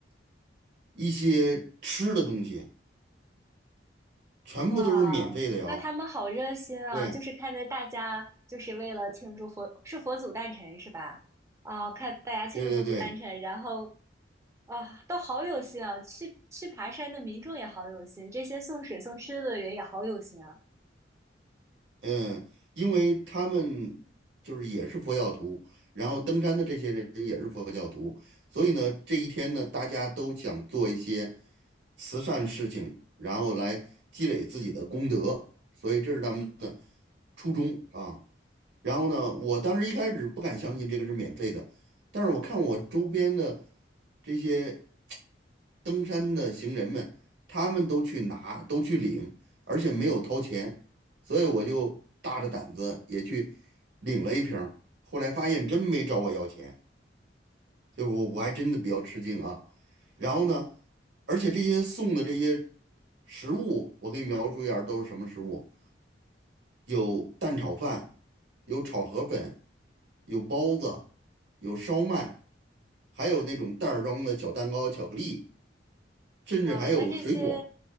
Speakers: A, on the right (about 65°); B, on the right (about 15°).
A: 一些吃的东西，全部都是免费的哟。
B: 哇，那他们好热心啊！
A: 对
B: 就是看着大家，就是为了庆祝佛，是佛祖诞辰是吧？啊，看大家庆祝佛祖诞辰，
A: 对对对，
B: 然后啊，都好有心啊！去去爬山的民众也好有心，这些送水送吃的人也好有心啊！
A: 嗯，因为他们就是也是佛教徒，然后登山的这些人也是佛教徒，所以呢，这一天呢，大家都想做一些慈善事情，然后来积累自己的功德，所以这是他们的初衷啊。然后呢，我当时一开始不敢相信这个是免费的，但是我看我周边的这些。登山的行人们，他们都去拿，都去领，而且没有掏钱，所以我就大着胆子也去领了一瓶儿后来发现真没找我要钱，就以我我还真的比较吃惊啊。然后呢，而且这些送的这些食物，我给你描述一下儿都是什么食物：有蛋炒饭，有炒河粉，有包子，有烧麦，还有那种袋儿装的小蛋糕、巧克力，甚至还有水果。
B: 哇，那这些，